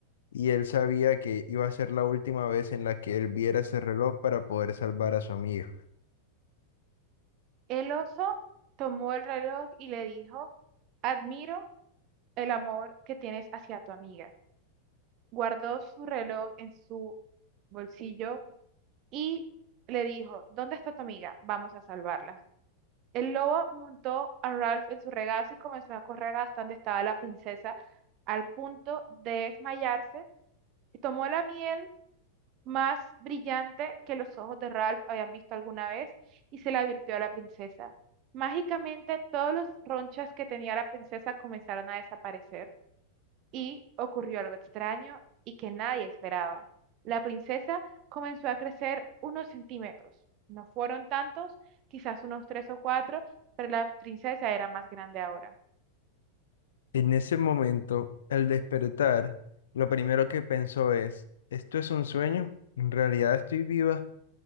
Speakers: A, on the left (about 60°); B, on the right (about 40°).
A: y él sabía que iba a ser la última vez en la que él viera ese reloj para poder salvar a su amigo.
B: El oso tomó el reloj y le dijo, admiro el amor que tienes hacia tu amiga. Guardó su reloj en su bolsillo y le dijo, ¿dónde está tu amiga? Vamos a salvarla. El lobo montó a Ralph en su regazo y comenzó a correr hasta donde estaba la princesa, al punto de desmayarse, y tomó la miel más brillante que los ojos de Ralph habían visto alguna vez y se la virtió a la princesa. Mágicamente, todos los ronchas que tenía la princesa comenzaron a desaparecer y ocurrió algo extraño y que nadie esperaba. La princesa comenzó a crecer unos centímetros. No fueron tantos, quizás unos tres o cuatro, pero la princesa era más grande ahora.
A: En ese momento, al despertar, lo primero que pensó es, ¿esto es un sueño? En realidad estoy viva,